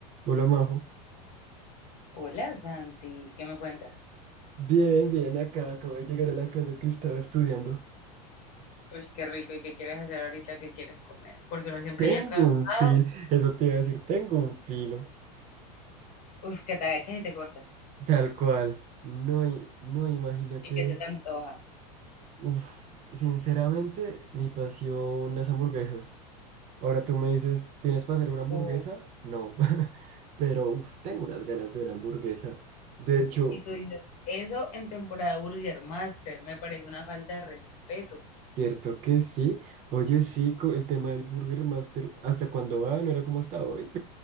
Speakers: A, on the right (about 35°); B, on the left (about 70°).
A: Hola Majo.
B: Hola Santi, ¿qué me cuentas?
A: Bien, bien, acá acabo de llegar a la casa que estaba estudiando.
B: Uy, qué rico, ¿y qué quieres hacer ahorita? ¿Qué quieres comer? Porque uno siempre
A: Tengo
B: ya cansado,
A: un fil, eso te iba a decir, tengo un filo.
B: uf, que te agachas y te cortas,
A: Tal cual. No, i- no, imagínate.
B: y que se te antoja,
A: Uf, sinceramente, mi pasión, las hamburguesas. Ahora tú me dices, ¿tienes para hacer una hamburguesa?
B: uf,
A: No. <laughs> Pero uf, tengo unas ganas de una hamburguesa. De hecho,
B: y tú dices, eso en temporada Burger Master me parece una falta de respeto.
A: cierto que sí. Oye, sí, co- el tema del Burger Master, ¿hasta cuándo va? ¿No era como hasta hoy?